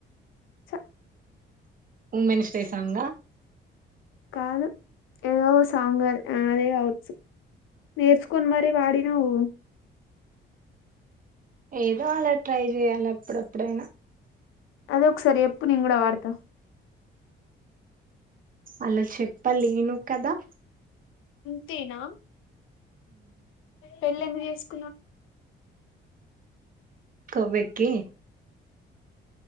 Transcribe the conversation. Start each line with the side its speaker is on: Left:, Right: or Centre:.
Left: చ
Right: ఉమ్మెనిస్ట్రె సాంగ్ ఆ
Left: కాదు ఏదో సాంగ్ అద్ అదే కావచ్చు నేర్చుకొని మరి పాడినవ్
Right: ఏదో అలా ట్రై చెయాలి అప్పుడప్పుడైనా
Left: అదే ఒకసారి చెప్పు నెను కూడ వాడతా
Right: అలా చెప్పలేను కదా
Left: ఇంతేనా పెళ్లి ఎందుకు చేస్కో
Right: కొవ్వెక్కి